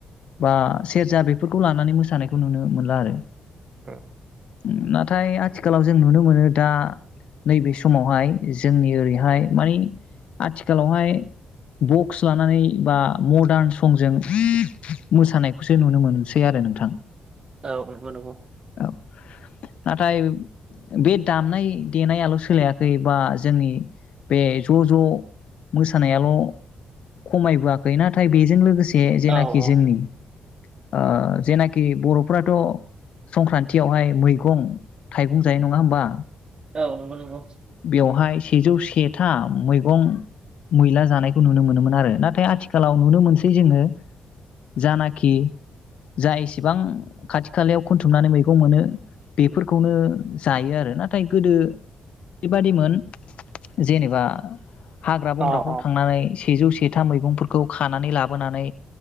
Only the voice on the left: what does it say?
बा सेरजा बेफोरखौ लानानै मोसानायखौ नुनो मोनला आरो।
ओम नाथाय आथिखालाव जों नुनो मोनो दा नैबे समावहाय जोंनि ओरैहाय मानि आथिखालावहाय बक्स लानानै बा मदार्न संजों मोसानायखौसो नुनो मोनसै आरो नोंथां।
औ नाथाय बे दामनाय देनायाल' सोलायाखै बा जोंनि बे ज' ज' मोसानायाल' खमायबोआखै नाथाय बेजों लोगोसे ज
जेनाखि
जोंनि ओ जेनाखि बर'फथ' संक्रान्तियावहाय मैगं थाइगं जायो नङा होमबा?
बेवहाय सेजौ से था मैगं मैला जानाय खौ नुनो मोनोमोन आरो नाथाय आथिखालाव नुनो मोनसै जोङो जानाखि जा एसेबां खाथि खालायाव खोनथुमनानै मैगं मोनो बेफोरखौनो जायो आरो नाथाय गोदो बेबादिमोन जेनेबा हाग्रा बंग्राफ्राव
थांनानै सेजौ सेथा मैगंफोरखौ खानानै लाबोनानै